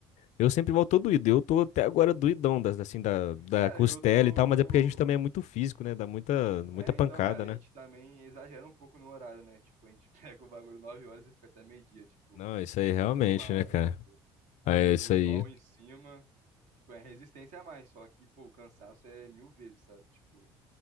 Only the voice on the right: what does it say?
Cara,
eu tô...
É,
então, cara, a
gente também exagera um pouco no horário, né? Tipo, a gente <laughs> pega o bagulho 9 horas e fica até meio-dia, tipo,
meio-dia, uma hora.
E, tipo,
o sol
em cima, tipo, é resistência a mais, só que, pô, o cansaço é mil vezes, sabe? Tipo,